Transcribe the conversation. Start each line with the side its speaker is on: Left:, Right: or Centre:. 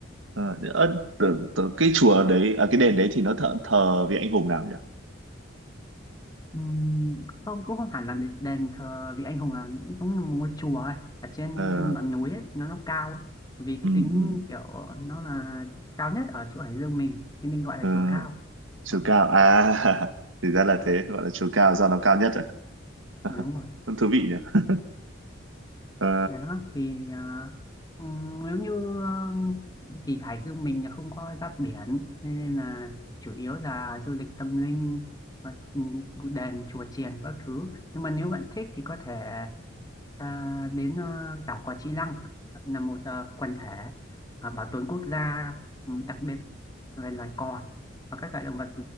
Right: ờ, ớ, tưởng, tưởng cái chùa đấy à, cái đền đấy thì nó thờ, thờ vị anh hùng nào nhỉ?
Left: Ừm, không cũng không hẳn là đền, đền thờ vị anh hùng là cũng giống như một ngôi chùa ấy, ở trên
Right: Ờ,
Left: ngọn núi ấy, nó nó cao ấy. Vì
Right: ừ,
Left: cái tính
Right: ừ,
Left: kiểu nó là cao nhất ở chỗ Hải Dương mình nên mình gọi là
Right: ờ,
Left: chùa cao
Right: chùa
Left: đó,
Right: Cao à <laughs> thì ra là thế gọi là chùa Cao do nó cao nhất à? <laughs>
Left: à, đúng rồi
Right: Cũng thú vị nhỉ? Ờ,
Left: Thế đó thì à, ừm, nếu như ờ, thì Hải Dương mình là không có giáp biển nên, nên là chủ yếu là du lịch tâm linh và ừm, đền chùa chiền các thứ nhưng mà nếu bạn thích thì có thể ta đến ờ, đảo Cò Chi Lăng là một ờ, quần thể ờ, bảo tồn quốc gia ừ, đặc biệt về loài cò và các loại động vật